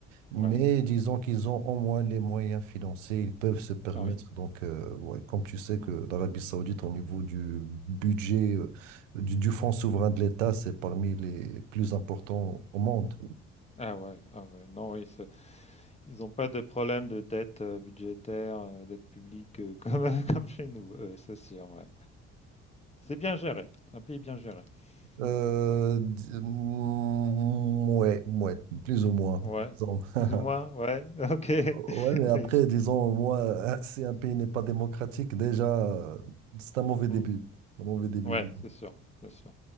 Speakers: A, on the right; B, on the left.
A: Mais
B: Ouais.
A: disons qu'ils ont au moins les moyens financiers, ils peuvent se permettre.
B: Ah oui.
A: Donc, euh, ouais, comme tu sais que
B: Mmh.
A: l'Arabie Saoudite, au niveau du budget, euh, du, du fonds souverain de l'État, c'est parmi les plus importants au monde.
B: Ah ouais, ah ouais. Non, oui, c'est ils ont pas de problème de dette, heu, budgétaire, heu, dette publique, heu, <laughs> comme, comme chez nous, heu, c'est sûr, ouais. C'est bien géré, c'est un pays bien géré.
A: Euh,
B: Mmh.
A: d- mm, ouais, ouais, plus ou moins,
B: Ouais,
A: disons. <laughs>
B: plus ou moins, ouais, <laughs> OK.
A: Ouais, mais après,
B: Oui, je
A: disons, moi, <laughs> si un pays n'est pas démocratique, déjà, euh, c'est un mauvais début.
B: mmh.
A: Un mauvais début,
B: Ouais,
A: disons.
B: c'est sûr, c'est sûr.